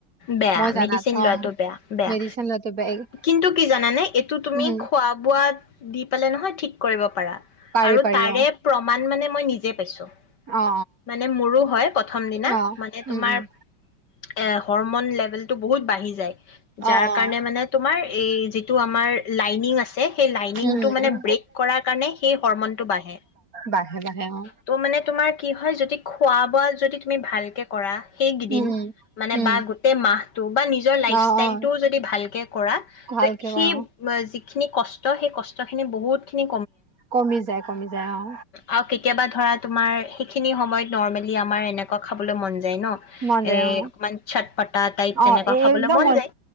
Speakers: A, on the left (about 60°); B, on the right (about 45°).
A: বেয়া
B: মই জানাত
A: মেডিচিন
B: অ
A: লোৱা বেয়া, বেয়া
B: মেডিচিন লোৱাটো বেয়া
A: কিন্তু কি জানানে এইটো তুমি
B: উম
A: খোৱা বোৱা দি পেলাই নহয় ঠিক কৰিব পাৰা।
B: পাৰি
A: আৰু
B: পাৰি
A: তাৰে
B: অ
A: প্ৰমাণ মানে মই নিজে পাইছো
B: অ
A: মানে মোৰো হয়। প্ৰথম দিনা
B: অ অ
A: মানে
B: উম
A: তোমাৰ
B: উম
A: <unintelligible> হৰৰ্মন লেভ লেভেলটো বহুত বাঢ়ি যায় যাৰ
B: অ অ
A: কাৰণে মানে তোমাৰ এই যিটো আমাৰ লাইনিং আছে সেই লাইনিংটো
B: উম উম
A: মানে ব্ৰেক কৰা কাৰণে সেই হৰমনটো বাঢ়ে
B: বাঢ়ে বাঢ়ে অ
A: ত' মানে তোমাৰ কি হয় যদি খোৱা বোৱা যদি তুমি ভালকৈ কৰা সেইকেইদিন
B: উম উম
A: মানে
B: উম
A: বা গোটেই মাহটো বা নিজৰ লাইফ
B: অ
A: ষ্টাইলটোও
B: অ
A: যদি ভালকে কৰা
B: ভালকে
A: ত' সেই
B: অ
A: খিনি কষ্ট, সেই কষ্ট খিনি বহুত খিনি
B: কমি যায়, কমি যায় অ'।
A: আৰু কেতিয়াবা ধৰা তোমাৰ সেইখিনি সময়ত নৰ্মেলি আমাৰ এনেকুৱা খাবলৈ মন যা যায় ন'
B: মন যায়
A: এ
B: অ
A: অকমান চট পটা টাইপ
B: অ
A: তেনেকুৱা
B: এ
A: খাবলৈ
B: একদম
A: মন যায়